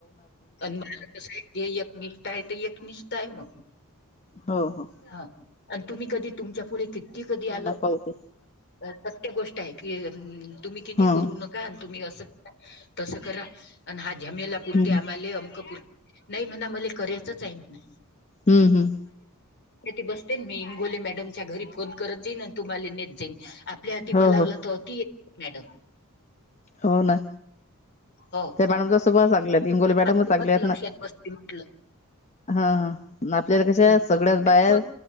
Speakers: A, on the left; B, on the left.
A: पण मला कस आहे जे एकनिष्ठा आहे ते एकनिष्ठा आहे मग.
B: हो हो
A: हा. आणि तुम्ही कधी तुमच्या पुढे किती कधी आलं.
B: हो ना पाहू ते
A: प्रत्येक गोष्ट आहे की, तुम्ही कि नाही
B: हम्म
A: करू नका आणि तुम्ही असं तस करा आणि हा जमेला पुुरते
B: हम्म
A: आम्हाले अंकपर नाही म्हणा मला करायचच आहे म्हणा.
B: हम्म हम्म
A: ती बसते मी इंगोले मॅडमच्या घरी फोन करत जाईन आणि तुम्हाला न आपल्या हाती
B: हो
A: बलावलं
B: हो
A: तर मॅडम.
B: हो ना.
A: हो
B: ते बॅडमचा स्वभाव चांगलेत हिंगोली मॅडम
A: बातमी
B: चांगले
A: बत
B: आहेत
A: लक्षात
B: ना.
A: बसते म्हटलं.
B: हा हा आपल्याला कश
A: बरं
B: सगळ्याच बाहेर.
A: मग